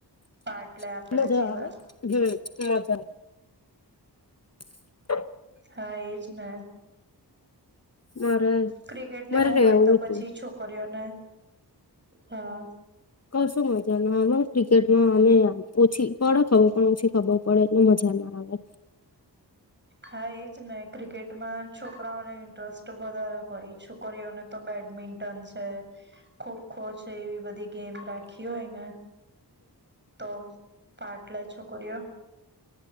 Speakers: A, on the right; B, on the left.
A: પાટ લે આપણા
B: મજા
A: જીવા
B: આવે હમ મજા <inaudible>
A: હા એજ ના.
B: મારે
A: ક્રિકેટને
B: મારે
A: એવું
B: રહેવું
A: હોય તો
B: હતું
A: પછી છોકરીઓને હા.
B: કશું મજા ના આવે ક્રિકેટમાં અમે ઓછી પડે ખબર પણ ઓછી ખબર પડે એટલે મજા ના આવે.
A: હા એજ ને ક્રિકેટમાં છોક છોકરાઓને ઇન્ટરેસ્ટ વધારે. હો છોકરીઓને તો બેડમિન્ટન છે, ખોખો છે એવી બધી ગેમ રાખી હોયને તો પાટલે છો કરયો.